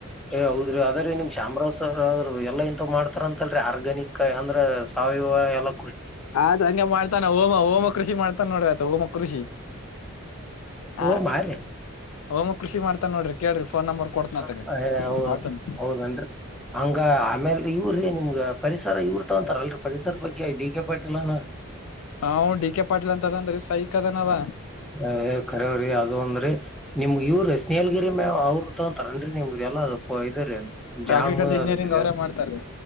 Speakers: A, in the centre; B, on the left.
A: ಏ ಹೌದ್ರಿ ಅದೇ ರಿ ನಿಮ್ ಶಾಮರಾವ್ ಸರ್ ಅವರು ಎಲ್ಲ ಇಂತವ್ ಮಾಡ್ತಾರಂತಲ್ ಆರ್ಗ್ಯಾನಿಕ ಅಂದ್ರೆ ಸಾವಯವ ಎಲ್ಲ
B: ಆತ ಹಂಗೆ ಮಾಡ್ತಾನ ಹೋಮ ಹೋಮ ಕೃಷಿ ಮಾಡ್ತಾನ ನೋಡ್ರ ಆತ ಹೋಮ ಕೃಷಿ
A: ಓ
B: ಅ
A: ಮಾರಿ
B: ಹೋಮ ಕೃಷಿ ಮಾಡ್ತನ್ ನೋಡ್ರಿ ಕೇಳ್ರಿ ಫೋನ್ ನಂಬರ್ ಕೊಡ್ತನ
A: ಹ
B: ಆತಗ
A: ಹ ಹೌದ
B: ಆತನ್
A: ಹೌದೇನ್ರಿ ಹಂಗ ಆಮೇಲ್ ಇವರೀ ನಿಮ್ಗ ಪರಿಸರ ಇವ್ರು ತೊಗೊಂತ್ತಾರೆ ಅಲ್ರಿ ಪರಿಸರ ಬಗ್ಗೆ ಡಿ ಕೆ ಪಾಟಿಲನ ಹಾ
B: ಆವ್ನ್ ಡಿ ಕೆ ಪಾಟೀಲ್ ಅಂತ ಅದನ್ರಿ ಸೈಕ್ ಅದನವ
A: ಅ ಖರವ್ರಿ ಅದು ಅಂದ್ರಿ ನಿಮ್ಗೆ ಇವ್ರು ಸ್ನೇಹಲ್ಗಿರಿ ಮ ಅವರು ಗತ್ತೊಂತರನ್ರಿ ನಿಮ್ಗ ಎಲ್ಲ ಅದು ಇದುರಿ ಜಾಮು
B: ಅಗ್ರಿಕಲ್ಚರ್ ಇಂಜಿನಿಯರಿಂಗ್
A: ಅದು
B: ಅವ್ರೇ
A: ಅ
B: ಮಾಡ್ತಾರೀ